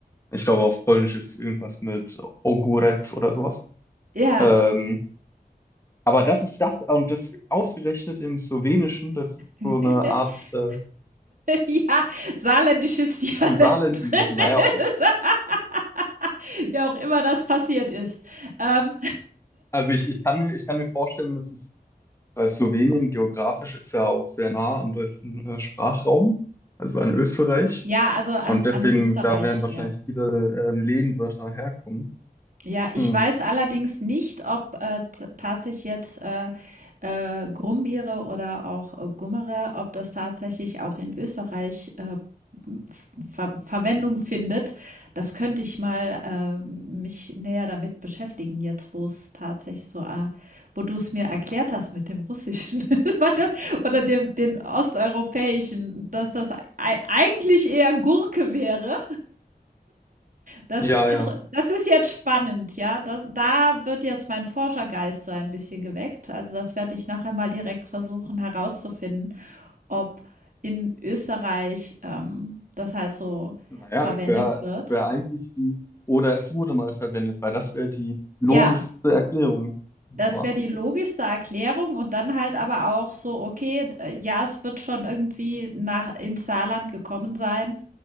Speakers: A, on the left; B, on the right.
A: Ich glaube, auf Polnisch ist irgendwas mit Ogórek oder sowas.
B: ja.
A: Ähm, aber das ist das, und das ausgerechnet im Slowenischen, das ist
B: <laughs>
A: so eine Art äh,
B: Ja, saarländisches Dialekt
A: eine Saarland,
B: drin
A: naja,
B: ist. <laughs> Wie auch immer das passiert ist. Ähm,
A: also ich, ich kann mir, ich kann mir vorstellen, dass es, weil Slowenien geografisch ist ja auch sehr nah am deutschen äh, Sprachraum, also an Österreich.
B: ja, also an
A: Und deswegen,
B: an Österreich,
A: da werden wahrscheinlich
B: ja.
A: viele äh, Lehnwörter herkommen.
B: Ja, ich
A: Hm.
B: weiß allerdings nicht, ob, äh, t tatsächlich jetzt, äh, äh, Brombeere oder auch, äh, Gummere ob das tatsächlich auch in Österreich, äh, m f Ver Verwendung findet. Das könnte ich mal, äh, mich näher damit beschäftigen jetzt, wo es tatsächlich so, äh wo du es mir erklärt hast mit dem Russischen <laughs> warte oder dem den Osteuropäischen, dass das ei eigentlich eher Gurke wäre. Das
A: Ja,
B: intere
A: ja.
B: das ist jetzt spannend, ja. Da da wird jetzt mein Forschergeist so ein bisschen geweckt. Also, das werde ich nachher mal direkt versuchen herauszufinden, ob in Österreich, ähm, das halt so
A: Naja,
B: verwendet
A: das wäre
B: wird.
A: das wär eigentlich die, oder es wurde mal verwendet, weil das wäre die logischste
B: Ja,
A: Erklärung.
B: das
A: wa?
B: wäre die logischste Erklärung und dann halt aber auch so, okay, d äh, ja, es wird schon irgendwie nach ins Saarland gekommen sein,